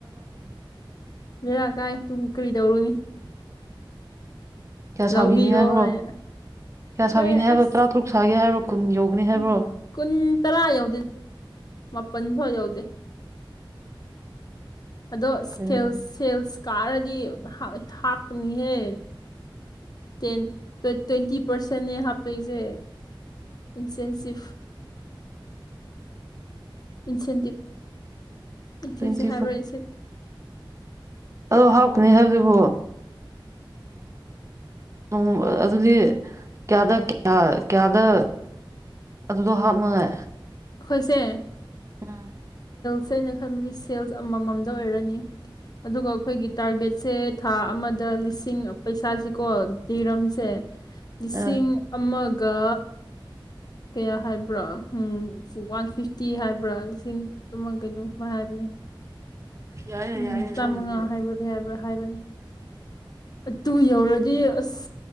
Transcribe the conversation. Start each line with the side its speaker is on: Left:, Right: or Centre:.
Left: ꯂꯩꯦꯔ ꯀꯥꯏ ꯇꯨꯕꯨ ꯀꯔꯤ ꯇꯧꯔꯨꯅꯤ
Right: ꯀꯌꯥ
Left: ꯂꯧꯕꯤꯔꯣ
Right: ꯁꯥꯕꯤꯅꯤ ꯍꯥꯏꯕ꯭ꯔꯣ
Left: ꯍꯥꯏ
Right: ꯀꯌꯥ
Left: ꯑꯩꯈꯣꯏ
Right: ꯁꯥꯕꯤꯅꯤ ꯍꯥꯏꯕ꯭ꯔꯣ
Left: ꯑꯁ
Right: ꯇꯔꯥꯇꯔꯨꯛ ꯁꯥꯒꯦ ꯍꯥꯏꯕ꯭ꯔꯣ ꯀꯨꯟ ꯌꯧꯒꯅꯤ ꯍꯥꯏꯕ꯭ꯔꯣ
Left: ꯍꯝ ꯀꯨꯟ ꯇꯥꯔꯥ ꯌꯧꯗꯦ ꯃꯥꯄꯜ ꯐꯥꯎ ꯌꯧꯗꯦ ꯑꯗꯣ
Right: ꯀꯩꯅꯣꯅꯦ
Left: ꯁꯦꯜ ꯁꯦꯜꯁ ꯀꯥꯔꯗꯤ ꯍꯥ ꯍꯥꯞꯄꯅꯤꯍꯦ ꯇꯦꯟ ꯇꫭ ꯇꫭꯏꯇꯤ ꯄꯥꯔꯁꯦꯟꯅꯦ ꯍꯥꯞꯇꯣꯏꯖꯦ ꯏꯟꯁꯦꯟꯁꯤꯞ ꯏꯟꯁꯦꯟꯇꯤꯞ ꯏꯟꯁꯦꯟꯁꯤ
Right: ꯇ꯭ꯋꯦꯟꯇꯤ
Left: ꯍꯥꯏꯕ꯭ꯔꯥ ꯏꯟꯁꯦꯞ
Right: ꯑ ꯍꯥꯞꯀꯅꯤ ꯍꯥꯏꯕꯗꯨꯕꯨ ꯑꫭꯡ ꯑꯗꯨꯗꯤ ꯀꯌꯥꯗ ꯀꯌꯥ ꯀꯌꯥꯗ ꯑꯗꯨꯗꯣ ꯍꯥꯞꯃꯉꯦ
Left: ꯑꯈꫭꯏꯁꯦ
Right: ꯑꯥ
Left: ꯁꯦ ꯑꯩꯅ ꯈꯟꯕꯗꯤ ꯁꯦꯜꯁ ꯑꯃꯃꯝꯗ ꯑꯣꯏꯔꯅꯤ ꯑꯗꯨꯒ ꯑꯩꯈꯣꯏꯒꯤ ꯇꯥꯔꯒꯦꯠꯁꯦ ꯊꯥ ꯑꯃꯗ ꯂꯤꯁꯤꯡ ꯄꯩꯁꯥꯥꯁꯤꯀꯣ ꯇꯤꯔꯝꯁꯦ ꯂꯤꯁꯤꯡ
Right: ꯑ
Left: ꯑꯃꯒ ꯀꯌꯥ ꯍꯥꯏꯕ꯭ꯔꫭ ꯎꯝ ꯋꯥꯟ ꯐꯤꯞꯇꯤ ꯍꯥꯏꯕ꯭ꯔꯥ ꯂꯤꯁꯤꯡ ꯇꯨꯃ ꯀꯩꯅꯣ ꯃ ꯍꯥꯏꯕꯅꯦ
Right: ꯌꯥꯏꯅꯦ
Left: ꯎꯝ
Right: ꯌꯥꯏꯅꯦ
Left: ꯆꯥꯝꯃꯉꯥ
Right: ꯅꯪꯒꯤꯗꯤ
Left: ꯍꯥꯏꯕ꯭ꯔ ꯀꯩ ꯍꯥꯏꯕ꯭ꯔꯥ ꯍꯥꯏꯕꯅꯤ ꯑꯗꯨ ꯌꯧꯔꯗꯤ ꯑꯁ